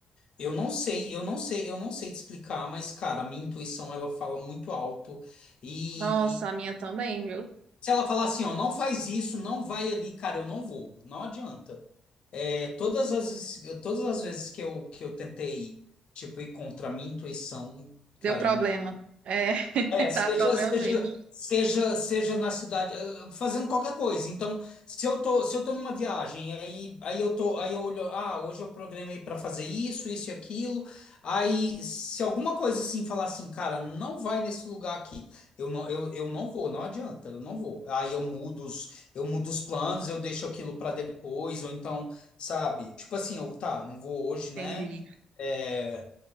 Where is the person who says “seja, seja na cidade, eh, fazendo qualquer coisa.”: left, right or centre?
Left